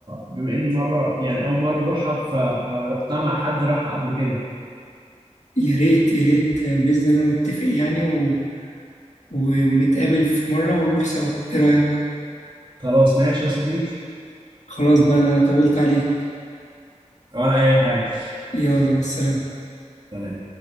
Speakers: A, on the right (about 40°); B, on the left (about 70°).
A: بما اني مرة يعني اول مرة اروحها فابقى رحتها مع حد راحها قبل كده
B: يا ريت يا ريت آه، بإذن الله نتفق يعني و... و... ونتقابل في مرة ونروح سوا ايه رأيك
A: خلاص ماشي يا صديقي
B: خلاص بقى انا طولت عليك
A: ولا اي حاجة
B: يلا مع السلامة
A: سلام